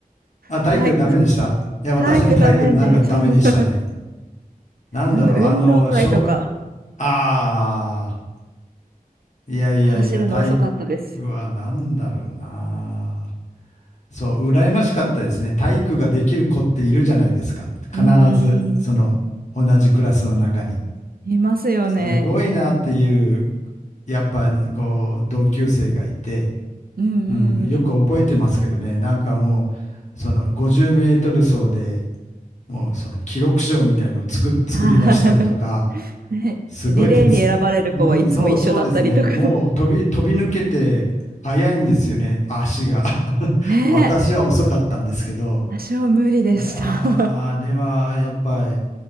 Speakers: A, on the left; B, on the right.
A: あ、体育ダメでしたいや、
B: 体育、体育ダメです。
A: 私も体育なんかダメでしたね。
B: <laughs>
A: なんだろう、
B: 運動会とか
A: あの、小学、ああ、いやいやいや、
B: 走るの遅かったです。
A: 体育はなんだろうな。そう、羨ましかったですね。体育ができる子っているじゃないですか。
B: うーん。
A: 必ず、その、同じクラスの中に。
B: いますよね。
A: すごいなっていう、やっぱ、こう、同級生がいて、
B: うんうん。
A: うん、よく覚えてますけどね、なんかもう、その、50メートル走でもう、その、記録賞みたいのを作、作り出したりとか、
B: あー <laughs> ね、
A: すごい鉄。
B: でリレーに選ばれる子はいつも一緒だったりとか
A: うん、そう、そうですね。もう飛び、飛び抜けて速いんですよね、足が。<laughs>
B: <laughs> ねえ、
A: 私は遅かったんですけど。
B: 私は無理でした
A: いやー、あれはやっぱり